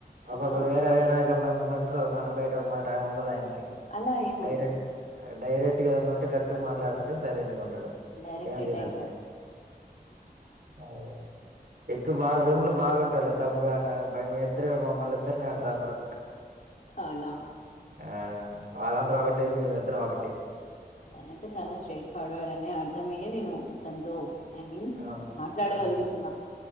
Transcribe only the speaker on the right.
ఒకొక్కరు వేరే వేరేగా మంచి మనుషులో ఒక మాట బయట ఒక మాట ఉండదు ఆయనకి
డైరెక్ట్ డైరెక్ట్ ఏదనా ఉంటే గట్టు మాట్లాడతాడు సైలెంట్ గా ఉంటాడు
ఏం
లేదంటే అదే ఎక్కువ బాగా రూమ్ లో బాగుంటారు తమ్ముడు అన్న మ ఇద్దరు మమ్మల్ని ఇద్దరునే అంటారు అందరు
ఆ వాళ్ళందరూ ఒకటి మీమిద్దరం ఒకటిటి
ఆ
ఆ